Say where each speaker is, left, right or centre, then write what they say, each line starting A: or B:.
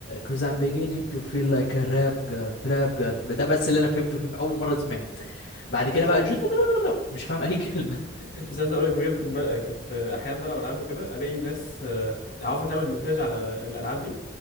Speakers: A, on the left; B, on the left.
A: cause I'm beginning to feel like a rap god rap god ده بس اللي انا فهمته فيه في اول مره سمعت بعد
B: مش
A: كده بقى
B: عايز
A: <laughs> مش فاهم اي كلمه
B: مش عايز اقول لك بجد كنت بلقى كنت احيانا بلعب العاب وكده الاقي ناس آه، عارفه تعمل مونتاج على الالعاب دي